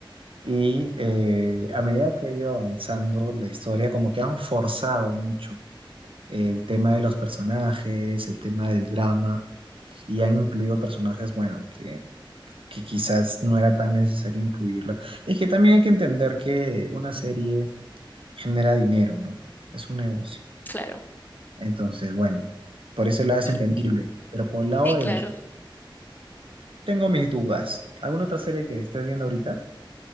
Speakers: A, on the right; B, on the left.
A: Y eh, a medida que ha ido avanzando la historia, como que han forzado mucho el tema de los personajes, el tema del drama, y han incluido personajes, bueno, que que quizás no era tan necesario incluirlo. Es que también hay que entender que una serie genera dinero, ¿no? Es un negocio.
B: Claro.
A: Entonces, bueno, por ese lado es
B: Y-
A: entendible, pero por el lado
B: sí,
A: del...
B: claro.
A: e, Tengo mis dudas. ¿Alguna otra serie que estés viendo ahorita?